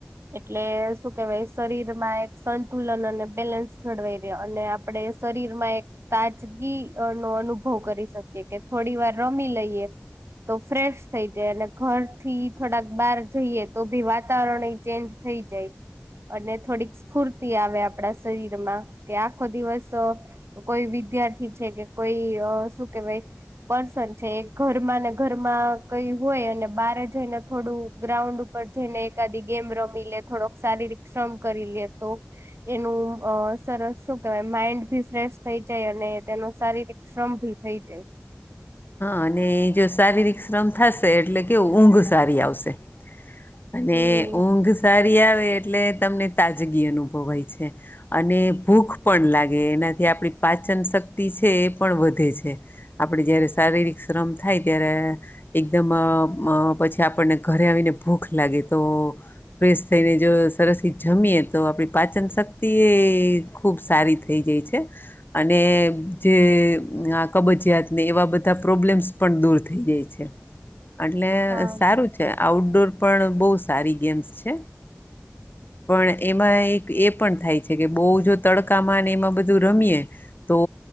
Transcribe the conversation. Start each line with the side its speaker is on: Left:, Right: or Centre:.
Right: એટલે શું કેવાય શરીર માં એક સંતુલન અને બેલેન્સ જળવાઈ રહે અને આપડે શરીર માં એક તાજગી નો અનુભવ કરી શકીએ કે થોડી વાર રમી લઈએ તો ફ્રેશ થઈ જાય અને ઘરથી થોડાક બહાર જઈએ તો ભી વાતાવરણ ચેન્જ થઇ જાય અને થોડીક સ્ફૂર્તિ આવે આપણા શરીરમાં કે આખો દિવસ કોઈ વિદ્યાર્થી છે કે કોઈ શું કેવાય પર્સન છે ઘરમાં ને ઘરમાં કઈ હોય અને બારે જઈને થોડું ગ્રાઉન્ડ ઉપર જઈને એકાદ ગેમ રમી લે થોડોક શારીરિક શ્રમ કરી લે તો એનું સરસ શું કેવાય માઈન્ડ ભી ફ્રેશ થઈ જાય અને તેનો શારીરિક શ્રમ ભી થઈ જાય
Left: હા અને જો શારીરિક શ્રમ થશે એટલે કેવું ઊંઘ સારી આવશે અને
Right: હમ
Left: ઊંઘ સારી આવે એટલે તમને તાજગી અનુભવાય છે, અને ભૂખ પણ લાગે એનાથી આપડી પાચન શક્ તે છે, એ પણ વધે છે, આપડે જય શારીરિક શ્રમ થાય, ત્યારે એકદમ પછી, આપણને ઘરે આવીને ભૂખ લાગે તો ફ્રેશ થઈને, જો સરસ થી, જમીએ તો આપડી પાચન શક્તિ એ ખુબ સારી થઈ જાય છે, અને જે કબજયાતને એવા બધા બધા પ્રોબ્લેમ્સ પણ દૂર થઈ જાય છે, એટલે
Right: હા
Left: સારું છે. આઉટડોર પણ બહુ સારી ગેમ્સ છે. પણ એમાં એક એ પણ થાય છે, કે બહુ જો તડકામાં એમાં બધું રમીએ તો